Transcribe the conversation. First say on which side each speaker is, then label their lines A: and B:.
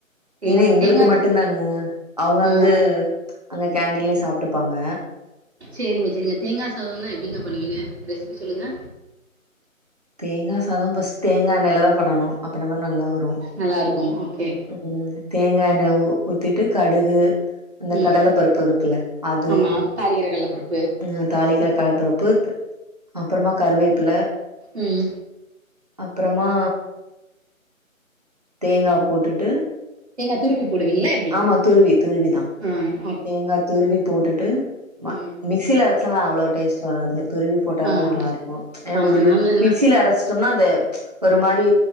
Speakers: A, on the right; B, on the right.
A: தேங்கா
B: ஏன்னா எங்களுக்கு
A: தேங்கா
B: மட்டு தான அவுங்க
A: ஆ
B: வந்து அங்க கேண்டின்லே சாப்ட்டுப்பாங்க
A: சேரிங்க சேர்ங்க தேங்கா சாதம்னா எப்டிங்க பண்ணுவீங்க ரெசிபி சொல்லுங்க
B: தேங்கா சாதொ பஸ்ட்டு தேங்கா எண்ணையில தா பண்ணனா அப்பனா தா நல்லா வரு
A: நல்லாருக்கு ஓகே
B: அது தேங்கா எண்ணெ ஊத்திட்டு கடுகு அந்த
A: ம்.
B: கடல பருப்பு இருக்குல அது
A: ஆமா. தாளிக்கிற கல்லப்பருப்பு
B: ம் தாளிக்கிற கடலபருப்பு அப்பறமா கறுவேப்பில
A: ம்
B: அப்பறமா தேங்கா போட்டுட்டு
A: தேங்க துருவி போடுவிங்களா
B: ஆமா துருவி துருவிதா
A: ம்
B: தேங்கா துருவி போட்டுட்டு ம
A: ம்.
B: மிக்சில அரச்சாலா அவ்ளோ டேஸ்ட் வராது துருவி போட்டாதா
A: ஆ
B: நல்லா இருக்கு ஏன்னா
A: ஆமா.
B: உதிரி
A: நாங்க
B: உதி மிக்சில அரச் சொம்னா அந்த ஒரு மாரி